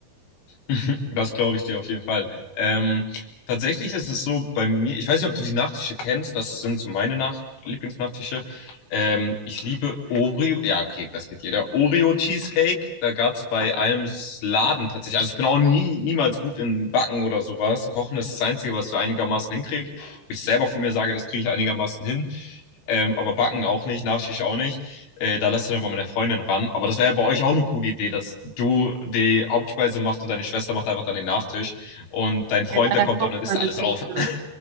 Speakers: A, on the left; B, on the right.
A: <laughs> Das glaube ich dir auf jeden Fall. Ähm, tatsächlich ist es so bei mir, ich weiß nicht, ob du die Nachtische kennst, das sind so meine Nach Lieblingsnachtische. Ähm, ich liebe Oreo, ja, okay, das geht jeder. Oreo Cheesecake, da gab es bei einem S- Laden tatsächlich, also ich bin auch nie, niemals gut in Backen oder sowas. Kochen ist das Einzige, was du einigermaßen hinkriegst. Wo Ich selber von mir sage, das kriege ich einigermaßen hin. Ähm, aber Backen auch nicht, Nachtisch auch nicht. Äh, da lässt du dann mal meine Freundin ran. Aber das wäre ja bei euch auch eine coole Idee, dass du die Hauptspeise machst und deine Schwester macht einfach dann den Nachtisch. Und dein Freund,
B: Ja, Leider
A: der kommt
B: kocht
A: dann und isst
B: meine
A: alles
B: Schwester.
A: auf. <laughs>